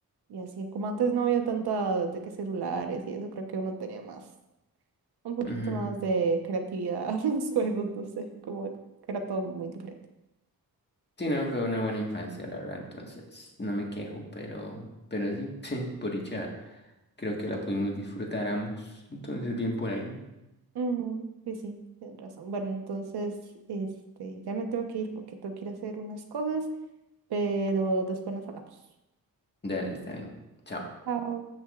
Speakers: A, on the right; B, on the left.
A: y así, como antes no había tanta de que celulares y eso, creo que uno tenía más, un poquito
B: Ujú.
A: más de creatividad <laughs> en los juegos, no sé, como que era todo muy diferente.
B: Sí, no, fue una buena infancia, la verdad, entonces no me quejo, pero, pero sí, <laughs> por dicha creo que la pudimos disfrutar ambos, entonces bien por ahí.
A: Ujú, sí, sí, tienes razón. Bueno, entonces, este, ya me tengo que ir porque tengo que ir a hacer unas cosas, pero después nos hablamos.
B: Dale, está bien. Chao.
A: Chao.